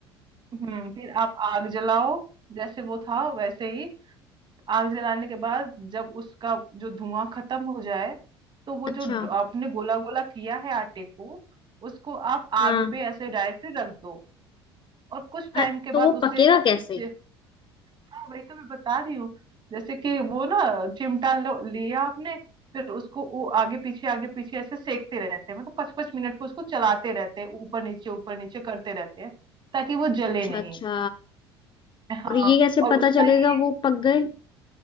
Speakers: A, on the right; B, on the left.
A: हम्म फिर आप आग जलाओ जैसे वो था वैसे ही आग जलाने के बाद जब उसका जो धुआं खत्म हो जाए तो वो
B: अच्छा
A: जो ड- आपने गोला गोला किया है आटे को उसको आप
B: हाँ
A: आग पे ऐसे डायरेक्टली रख दो और कुछ
B: अ-
A: टाइम के
B: तो
A: बाद
B: वो
A: उसे
B: पकेगा
A: ना
B: कैसे
A: चि- हाँ वही तो मैं बता रही हूँ जैसे कि वो ना चिमटा लो- लिया आपने फिर उसको वो आगे पीछे आगे पीछे ऐसे सेकते रहते हैं मतलब पाँच पाँच मिनट को उसको चलाते रहते हैं ऊपर नीचे ऊपर नीचे करते रहते हैं ताकि वो जले
B: अच्छा
A: नहीं
B: अच्छा
A: हाँ
B: और ये कैसे
A: और
B: पता
A: उसका
B: चलेगा
A: ये
B: वो पक गए